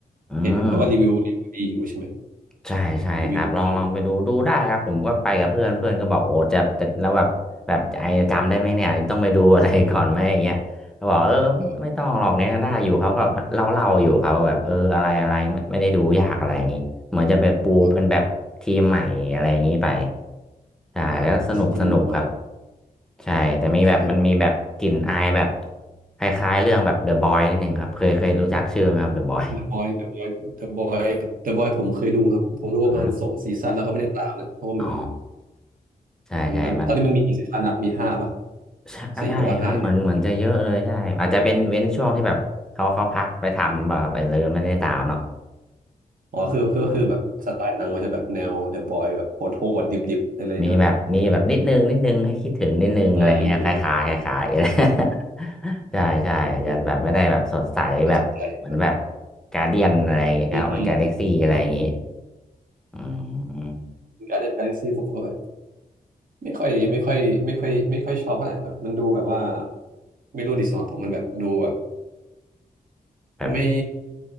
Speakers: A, in the centre; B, on the right (about 65°).
A: อืม
B: เห็นเขาว่ารีวิวรีวิวดีอยู่ใช่ไหม
A: ใช่ใช่ครับลองลองไปดูดูได้ครับผมก็ไปกับเพื่อนเพื่อนก็บอกโอ้จะจะแล้วแบบแบบไอ้จำได้ไหมเนี่ยต้องไปดูอะไรก่อนไหมอย่างเงี้ยเขาบอกเออไม่ต้องหรอกเนี่ยได้อยู่เขาก็เล่าเล่าอยู่เขาแบบเอออะไรอะไรไม่ไม่ได้ดูยากอะไรอย่างงี้เหมือนจะเป็นปูเป็นแบบทีมใหม่อะไรอย่างงี้ไป
B: รีวิวโอเคเออเออ
A: ใช่แล้วสนุกสนุกครับ
B: เอาทีมใหม่
A: ใช่แต่มีแบบมันมีแบบกลิ่นอายแบบ
B: โอเค
A: คล้ายๆเรื่องแบบเดอะบอยนิดนึงครับเคยเคยรู้จักชื่อไหมครับเดอะบอย
B: The Boy The Boy The Boy The Boy ผมเคยดูครับผมดูประมาณสองซีซั่นแล้วก็ไม่ได้ตามเลยเพราะว่ามัน
A: อ๋ออ๋อใช่ใช่มัน
B: มันมันตอนนี้มันมีกี่ซีซั่นนับมีห้าป่ะ
A: ใช่ใช่ครับเหมือนเหมือนจะเยอะเลยใช่อาจจะเป็นเว้นช่วงที่แบบเขาเขาพักไปทำแบบอะไรเลยไม่ได้ตามเนาะ
B: สี่หรือว่าห้านี่แหละ อ๋อคือก็คือแบบสไตล์หนังมันจะแบบแนวเดอะบอยแบบโหดโหดดิบดิบๆไปเลยใช่ไหมอย่างนั้นนะ
A: อืมอามีแบบมีแบบนิดนึงนิดนึงให้คิดถึงนิดนึงอะไรเงี้ยคล้ายๆคล้ายๆอะไร
B: อืมอืม
A: <laughs> ใช่ใช่อาจจะแบบไม่ได้แบบสดใสแบบเหมือนแบบ
B: โอเคน่าสนใจนะ
A: การเดียนอะไรครับหรือการเล็กซี่อะไรอย่างงี้
B: อืมอืมเออ
A: อืม
B: การ์เดนกาแล็กซี่ผมก็แบบไม่ค่อยไม่ค่อยไม่ค่อยไม่ค่อยชอบเท่าไหร่แบบมันดูแบบว่าไม่รู้ดิสำหรับผมมันแบบดูแบบ
A: แบบ
B: ไม่